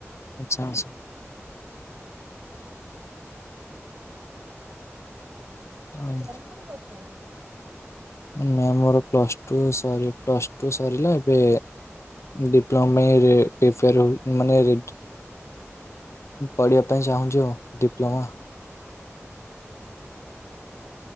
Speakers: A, on the left (about 70°); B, on the right (about 55°).
A: ଆଚ୍ଛାସ
B: ଆପଣ
A: ଆଉ
B: ପଢାପଢି କରୁଛନ୍ତି?
A: ମ୍ୟାମ ମୋର ପ୍ଲସ ଟୁ ସ ପ୍ଲସ ଟ ସରିଲା ଏବେ ଡିପ୍ଲୋମ ପାଇଁ ରେ <unintelligible> ମାନେ ରେ ପଢିବା ପାଇଁ ଚାହୁଁଛି ଆଉ ଡିପ୍ଲୋମା।
B: ଦେ